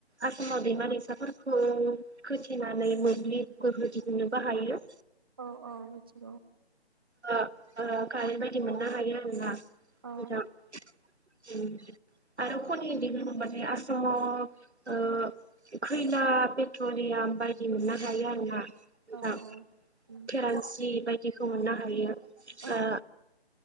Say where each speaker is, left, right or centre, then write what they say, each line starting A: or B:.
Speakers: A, on the right (about 85°); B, on the right (about 20°).
A: आसामाव दैमा दैसाफोरखौ खोथेनानै मोब्लिबखौ गोहो दिहुननो बाहायो‌।
B: औ औ मिथिगौ।
A: ओ ओ कारेन्ट बायदि मोननो हायो आरोना नोंथां
B: औ
A: उम आरो खलनि दै <unintelligible> बाथाय आसामाव ओ खैला पेट्रलिया याम बायदि मोननो हायो आरो ना। नोंथां
B: औ उम
A: थेरान्सि बायदिखौ मोननो हायो।
B: औ
A: ओ